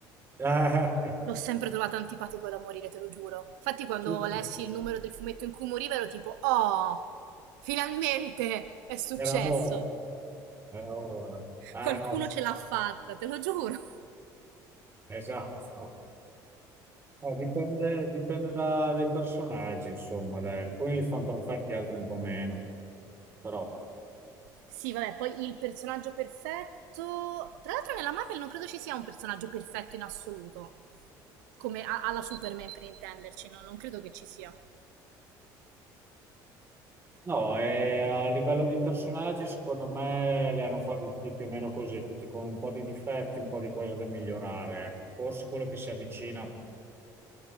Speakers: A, on the right; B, on the right.
A: <laughs> Eh,
B: L'ho sempre trovata antipatico da morire, te lo giuro. Infatti, quando
A: Super-
B: lessi il numero del fumetto in cui moriva, ero tipo, oh, finalmente è successo.
A: era ora, era ora. Ah
B: Qualcuno
A: no,
B: ce l'ha fatta, te lo giuro.
A: esatto. Eh, dipende, dipende da- dai personaggi, insomma, dai, alcuni li fanno perfetti, altri un po' meno. Però,
B: Sì, vabbè, poi il personaggio perfetto. Tra l'altro, nella Marvel non credo ci sia un personaggio perfetto in assoluto. Come a- alla Superman, per intenderci, no? non credo che ci sia.
A: no, eh, a livello di personaggi, secondo me li hanno fatti tutti più o meno così, tutti con un po' di difetti, un po' di cose da migliorare. ecco. Forse quello che si avvicina un